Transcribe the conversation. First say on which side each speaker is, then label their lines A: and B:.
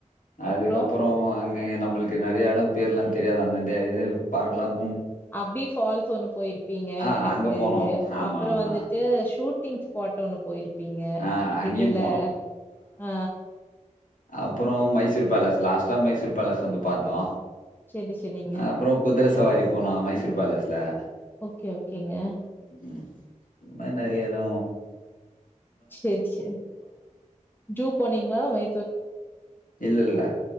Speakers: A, on the left (about 80°); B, on the left (about 15°).
A: அதுக்கப்பறோ
B: அப்புறம்
A: இன்னு நம்பளுக்கு நெறைய எடம் பேர்லா தெரியாது அந்தந்த இது பாக்கலாம்
B: அப்பி ஃபால்ஸ் ஒண்ணு போயிருப்பீங்க
A: ஆ
B: எனக்கு
A: அங்க
B: தெரிஞ்சு.
A: போனோம். ஆமா,
B: அப்றோ
A: ஆமா.
B: வந்துட்டு ஷூட் டிங்ஸ் ஸ்பாட் ஒண்ணு போயிரு ப்பீங்க
A: ஆ அங்கேயும்
B: இதுல ஆ
A: அப்புறோ மைசூர் பேலஸ் லாஸ்ட்டா மைசூர் பேலஸ் வந்து பாத்தோ.
B: சரி சரிங்க.
A: அப்புறோ குதிர சவாரி போனோ மைசூர் பேலஸ் ல
B: ஓகே ஓகேங்க.
A: ம் இந்த மாரி நெறைய எடோ
B: செரி செரி. ஜூ போனீங்களா மை
A: இல்ல இல்ல